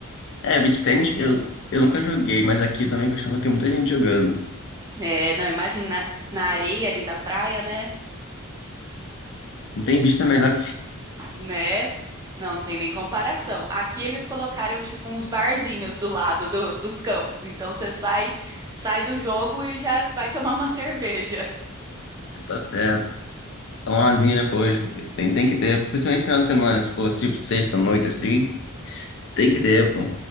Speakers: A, on the left (about 55°); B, on the right (about 15°).
A: É, beach tennis eu, eu nunca joguei, mas aqui também costuma ter muita gente jogando.
B: É, não, imagina na, na areia ali da praia, né?
A: Não tem vista melhor
B: Né? Não, não tem nem comparação. Aqui eles colocaram tipo uns barzinhos do lado do- dos campos, então você sai, sai do jogo e já vai tomar uma <laughs> cerveja.
A: que <laughs> tá certo. Tomar uma zinha depois, tem, tem que ter. Principalmente final de semana, se for tipo sexta-noite assim, tem que ter, pô.